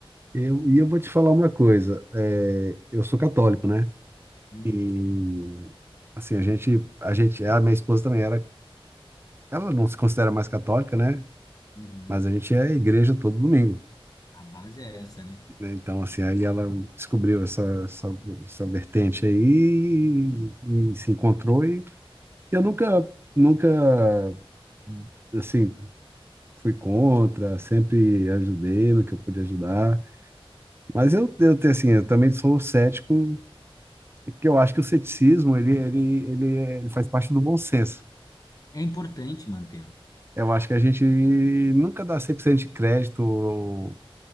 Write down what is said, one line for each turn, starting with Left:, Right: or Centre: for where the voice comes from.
Right: Eu, e eu vou te falar uma coisa. É, eu sou católico, né?
Left: Hum,
Right: E assim, a gente, a gente, a minha esposa também era, ela não se considera mais católica, né?
Left: uhum.
Right: Mas a gente é à igreja todo domingo,
Left: A base é essa, né?
Right: né? Então, assim, aí ela descobriu essa, essa, essa vertente aí e, se encontrou e eu nunca, nunca, assim, fui contra, sempre ajudei no que eu pude ajudar. Mas eu, eu tenho, assim, eu também sou cético, porque eu acho que o ceticismo, ele, ele, ele, é- ele faz parte do bom senso.
Left: É importante mantê-lo.
Right: Eu acho que a gente nunca dá 100% de crédito